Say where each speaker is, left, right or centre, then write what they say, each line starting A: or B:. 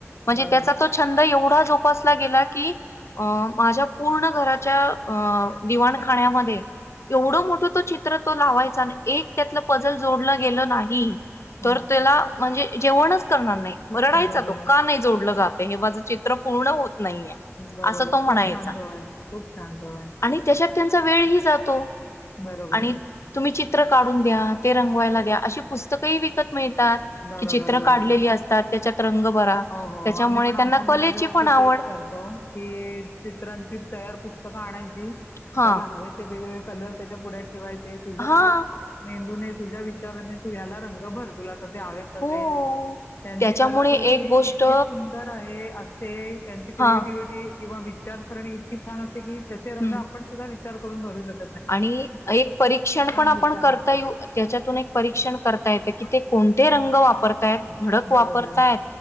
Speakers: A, on the left; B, on the left.
A: म्हणजे
B: बरोबर.
A: त्याचा तो छंद एवढा जोपासला गेला की अ माझ्या. पूर्ण घराच्या अ दिवाणखाण्या मध्ये. एवढं मोठं तो चित्र तो लावायचा आणि एक त्यातलं पजल जोडलं गेलं नाही.
B: हां,
A: तर त्याला म्हणजे जेवणच करणार नाही म रडायचा
B: बरोबर,
A: तो का नाही जोडल जात. हे माझं चित्र पूर्ण होत. नाहीयेय,
B: बरोबर.
A: अस तो म्हणायचा
B: खूप छान सवय, खूप छान सवय.
A: आणि त्याच्यात. त्यांचा वेळही जातो
B: बरोबर.
A: आणि तुम्ही चिञ चीत्र काढून द्या, ते रंगवायला द्या, अशी पुस्तकही विकत मिळताऽऽ
B: बरोबर,
A: त, चित्र
B: बरोबर.
A: काढलेली असतात, त्याच्यात रंगभरा,,
B: हो, हो.
A: त्याच्यामुळे
B: आम्ही पण
A: त्यांना
B: आमच्या मुलांच्या
A: कलेची
B: बाबतीत
A: पण आवडऽऽ
B: तेच करतो, की चित्रांची तयार पुस्तकं आणायचीऽऽ
A: हा
B: त्याला हवे ते वेगवेगळे कलर त्याच्या पुढ्यात ठेवायचे,, तुझ्या
A: हा
B: मेंदूने. तुझ्या विचाराने तू ह्याला रंग भर तुला कसे हवे तसे.
A: हो
B: त्यांची
A: त्याच्यामुळे
B: कलाकृती
A: एक गोष्ट
B: इतकी सुंदर आहे असते त्यांची क्रिएटिव्हिटी.
A: हा
B: किंवा विचारसरणी इतकी छान असते, कि त्याचे रंग
A: हम्म
B: आपण सुद्धा विचार करून भरू शकतो.
A: आणि एक परीक्षण पण आपण
B: विचार
A: करता
B: असतात.
A: येऊ त्याच्यातून एक परीक्षण करता येतं की ते कोण. ते रंग वापरतायत भडक वापरतायत.
B: बरोबर,